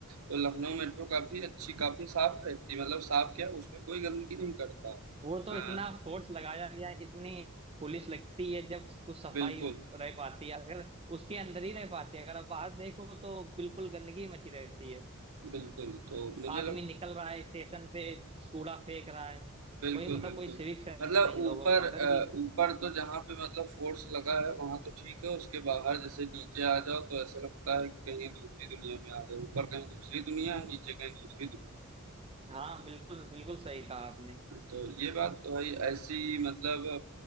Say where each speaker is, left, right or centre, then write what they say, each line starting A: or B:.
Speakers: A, on the right; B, on the right.
A: तो लखनऊ मेट्रो काफ़ी अच्छी काफ़ी साफ़ रहती है मतलब साफ़ क्या उसमें कोई गंदगी नहीं करता
B: वो तो
A: हाँ,
B: इतना फोर्स लगाया गया इतनी पुलिस लगती है जब कुछ सफाई
A: बिल्कुल
B: रह पाती है अगर उसके अंदर ही रह पाती है अगर आप बाहर देखो तो बिल्कुल गंदगी मची रहती है
A: बिल्कुल तो मुझे
B: आदमी
A: लग
B: निकल रहा है स्टेशन पे कूड़ा फेंक रहा है
A: बिल्कुल
B: कोई मतलब
A: बिल्कुल
B: कोई सिविक सेंस
A: मतलब
B: नहीं लोगों
A: ऊपर
B: के अंदर
A: अ,
B: की
A: ऊपर तो जहाँ पे मतलब फोर्स लगा है वहाँ तो ठीक है उसके बाहर जैसे नीचे आ जाओ तो ऐसा लगता है कि कहीं दूसरी दुनिया में आ गए ऊपर कहीं दूसरी दुनिया है नीचे कहीं दूसरी दुनिया है
B: हाँ बिल्कुल बिल्कुल सही कहा आपने
A: तो ये बात तो है ही, ऐसी मतलब अब